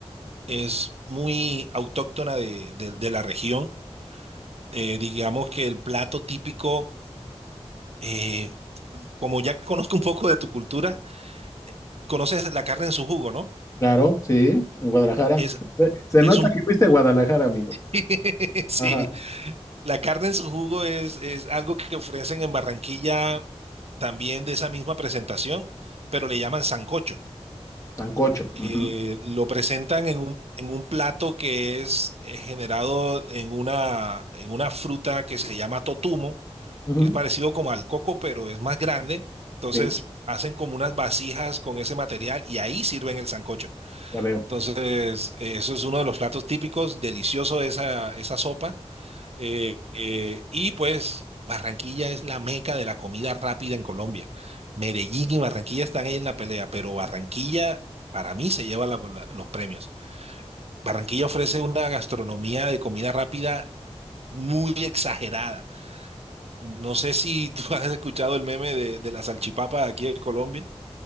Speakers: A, on the right (about 65°); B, on the left (about 30°).
A: es muy autóctona de, de- de la región. Eh, digamos que el plato típico, eh, como ya <laughs> conozco un poco de tu cultura, conoces la carne en su jugo, ¿no?
B: Claro, sí, en Guadalajara.
A: Es,
B: Se, se
A: es
B: nota
A: un...
B: que
A: <laughs>
B: fuiste a Guadalajara, amigo.
A: Sí, sí.
B: Ajá.
A: la carne en su jugo es, es algo que ofrecen en Barranquilla también de esa misma presentación, pero le llaman sancocho.
B: Sancocho. ujú,
A: Eh, lo presentan en un, en un plato que es eh, generado en una, en una fruta que se llama totumo
B: ujú,
A: que es parecido como al coco, pero es más grande. Entonces
B: Sí,
A: hacen como unas vasijas con ese material y ahí sirven el sancocho.
B: ya veo.
A: Entonces, eh, eso es uno de los platos típicos, delicioso esa, esa sopa. Eh, eh, y pues Barranquilla es la meca de la comida rápida en Colombia. Medellín y Barranquilla están ahí en la pelea, pero Barranquilla para mí se lleva la- la- los premios. Barranquilla ofrece una gastronomía de comida rápida muy exagerada. No sé si tú <laughs> has escuchado el meme de, de la salchipapa de aquí de Colombia.